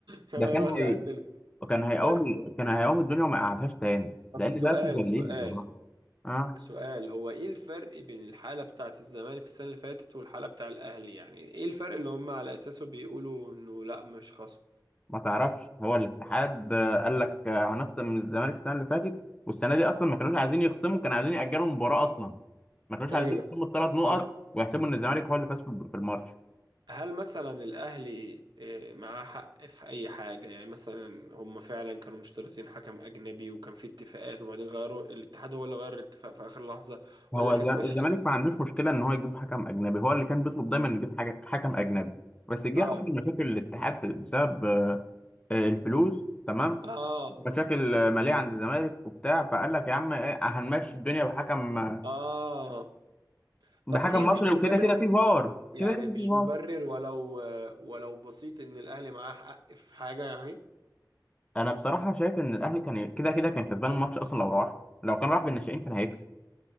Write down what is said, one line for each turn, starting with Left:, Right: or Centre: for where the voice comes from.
Right: كان
Left: ده
Right: هيولع
Left: كان هي
Right: الدنيا
Left: كان هيقوم
Right: طيب
Left: كان هيقوم الدنيا وما قعدهاش تاني
Right: طب
Left: لان
Right: سؤال
Left: ده اسمه تدليس
Right: سؤال
Left: بصراحه اه
Right: سؤال هو ايه الفرق بين الحالة بتاعة الزمالك السنة اللي فاتت والحالة بتاع الاهلي يعني ايه الفرق اللي هم على اساسه بيقولوا انه لا مش خصم
Left: ما تعرفش هو الاتحاد آه، قال لك آه، هنخصم من الزمالك السنه اللي فاتت والسنه دي اصلا ما كانوش عايزين يخصموا كانوا عايزين ياجلوا المباراه اصلا ما كانوش
Right: ايوه
Left: عايزين يخصموا الثلاث نقط
Right: طب
Left: ويحسبوا ان الزمالك هو اللي فاز في في الماتش
Right: هل مثلا الاهلي آه، معاه حق في اي حاجة يعني مثلا هم فعلا كانوا مشترطين حكم اجنبي وكان في اتفاقات وبعدين غيروا الاتحاد هو اللي غير الاتفاق في اخر لحظة
Left: هو
Right: ولا كانت
Left: الز-
Right: ماشية
Left: الزمالك ما عندوش مشكله ان هو يجيب حكم اجنبي هو اللي كان بيطلب دايما يجيب حاجه حكم اجنبي بس جه
Right: اه
Left: حصل مشاكل الاتحاد بسبب آه، آه، الفلوس تمام
Right: اه
Left: مشاكل آه، ماليه عند الزمالك وبتاع فقال لك يا عم إيه، هنمشي الدنيا بحكم آه،
Right: اه
Left: بحكم
Right: طب دي مش
Left: مصري وكده
Right: مبرر
Left: كده في فار
Right: يعني
Left: كده كده
Right: مش
Left: في فار
Right: مبرر ولو ولو بسيط ان الاهلي معاه حق في حاجه يعني
Left: انا بصراحه شايف ان الاهلي كان كده كده كان كسبان الماتش اصلا لو راح لو كان راح بالناشئين كان هيكسب